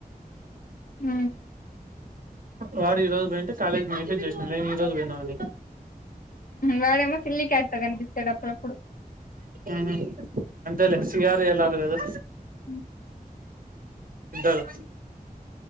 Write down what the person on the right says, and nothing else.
వాడు ఈ రోజు పోయింటే కాలేజ్ కి మెసేజ్ చేసినా ఏం ఈ రోజు పోయినావ్ అని
ఊహూ అంతలే సి ఆర్ గా ఎళ్ళారు గదా
అంటారు